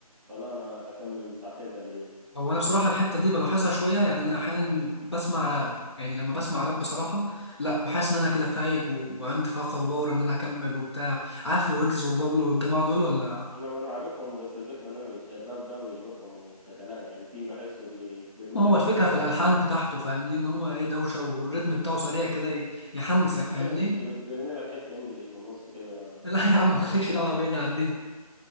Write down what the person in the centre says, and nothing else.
فلا انا اكمل ساعتين تمرين
انا ما انا عارفهم بس الفكره ان انا مش الراب ده مش بفهمه ككلام يعني في بحسه بي... بيرملك
آه،
حت-
ايوه بس بي- بيرملك حته انجليش في النص كده
يعني